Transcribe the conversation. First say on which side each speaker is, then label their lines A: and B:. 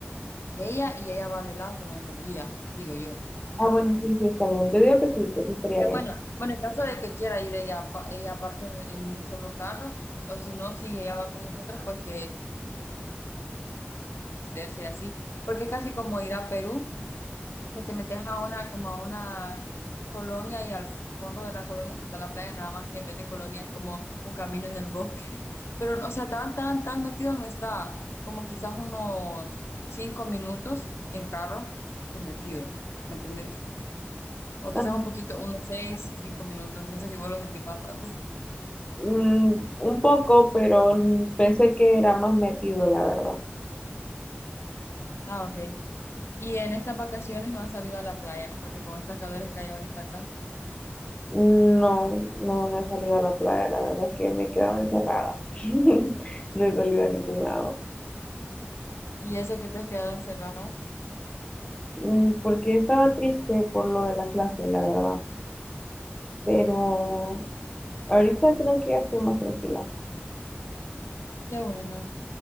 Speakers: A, on the left; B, on the left.
A: de ella y ella va adelante, no nos guía, digo yo. ¿O
B: Ah,
A: qué
B: bueno,
A: pensás?
B: sí, sí, está bien. Yo digo que sí, que sí estaría
A: Ya
B: bien.
A: bueno, bueno, en caso de que quiera ir ella, apa- ella aparte en, en un solo carro, o si no, si ella va con nosotras, pues que sea así, porque es casi como ir a Perú, que te metes a una, como a una colonia y al fondo de la colonia es que está la playa, nada más que en vez de colonia es como un camino en el bosque, <laughs> pero o sea, tan, tan, tan metido no está, como quizás unos cinco minutos en carro, pues metido, ¿me entendés? O quizás
B: Ah,
A: un poquito, unos seis, cinco minutos, no sé si vos lo sentís bastante.
B: mm, un poco, pero mm, pensé que era más metido, la verdad.
A: Ah, ok. Y en estas vacaciones no has salido a la playa, porque con estas calores que hay ahorita acá.
B: No, no, no he salido a la playa, la verdad es que me he quedado encerrada. <laughs> No he salido a ningún lado.
A: Y eso que te has quedado encerrada.
B: Mm, Porque estaba triste por lo de la clase, la verdad. Pero
A: Ah, qué
B: ahorita
A: lindo.
B: creo que ya estoy más tranquila.
A: Qué bueno.